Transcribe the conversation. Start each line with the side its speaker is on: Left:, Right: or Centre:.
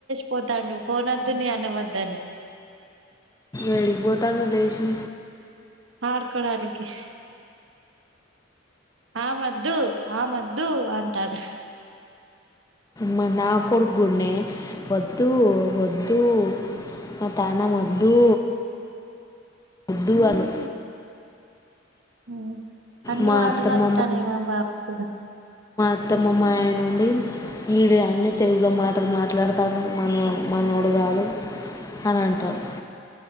Right: పోతాండు ఫోన్ వొద్దు నీ అన్నం వొద్దని
Left: ఏడికి పోతాండు లేశి
Right: ఆడ్కోడానికి ఆమొద్దు ఆమొద్దు అంటాండు
Left: మరి నా కొడుకు గునే వద్దు వద్దు మా తాన మొద్దూ వద్దు అను
Right: ఉమ్ అన్ని
Left: మా
Right: వాటలు
Left: అత్తమ్మ
Right: వత్తనేేమో బాపు కూడా
Left: అత్తమ మా ఆయన ఉండి వీడు యన్ని తెలుగులో మాటలు మాట్లాడుతాండు మన మనోడు కాదు అని అంటారు